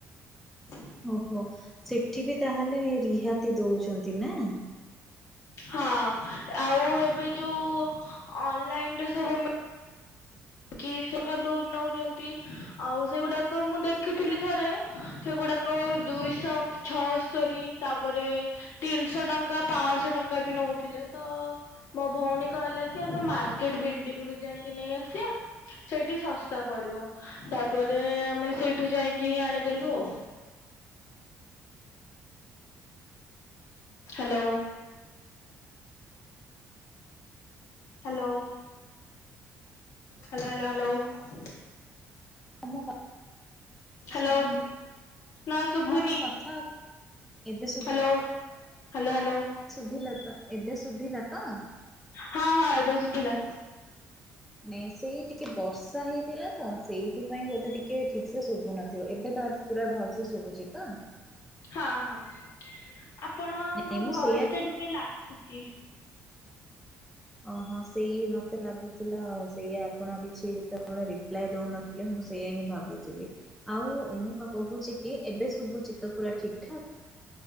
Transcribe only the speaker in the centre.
ଓହୋଃ, ସେଠି ବି ତାହେଲେ ରିହାତି ଦଉଛନ୍ତି ନା?
<unintelligible> କଥା
ଶୁଭୁନି
ହଁ ମୋ କଥା ଏବେ
ଧିଲ ତ ଏବେ ଶୁଭିଲା ତ?
ନାଇଁ ସେଇ ଟିକେ ବର୍ଷା ହେଇଥିଲା ତ। ସେଇଥିପାଇଁ ବୋଧେ ଟିକେ ଠିକ୍ ସେ ଶୁଭୁ ନଥିବ। ଏବେ ତ ପୁରା ଭଲ୍ ସେ ଶୁଭୁଛି ତ?
ନାଇଁ ମୁଁ
ସେଇଆ
ଓହୋଃ, ସେଇ ମତେ ଲାଗୁଥିଲା ଆଉ ସେଇଆ ଆପଣ କିଛି ଯେତେବେଳେ ରିପ୍ଲାଏ ଦଉନ ଥିଲେ ମୁଁ ସେଇଆ ହିଁ ଭାବୁଥିଲି। ଆଉ ମୁଁ ପା କହୁଛି କି ଏବେ ଶୁଭୁଚି ତ ପୁରା ଠିକ୍ ଠାକ୍?